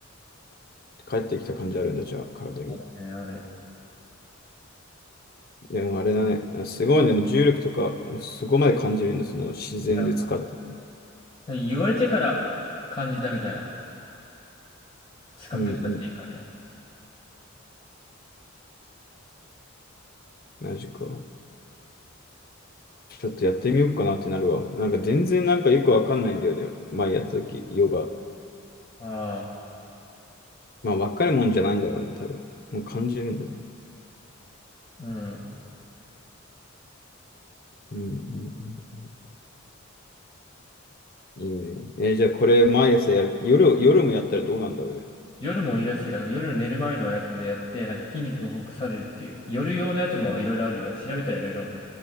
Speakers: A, on the left; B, on the left.
A: 帰ってきた感じあるんだ、じゃあ、体に。
B: あるね、ある。
A: でもあれだね。すごいね。でも重力とか、そこまで感じるんだ。その自然で使ってて。
B: いや言われてから感じたみたいな。近くしたっていうかね。
A: うんうん。マジか。ちょっとやってみようかなってなるわ。なんか全然なんかよくわかんないんだよね。前やった時、ヨガ。
B: ああ、
A: まあ、わかるもんじゃないんだろうね、多分。もう感じるんだね。
B: うん。
A: うんうんうん。いいね。えーじゃあこれ毎朝やる。夜、夜もやったらどうなんだろうね。
B: 夜もいいらしい。だから夜寝る前のやつでやって、なんか筋肉がほぐされるっていう。夜用のやつもいろいろあるよ。調べたらいろいろ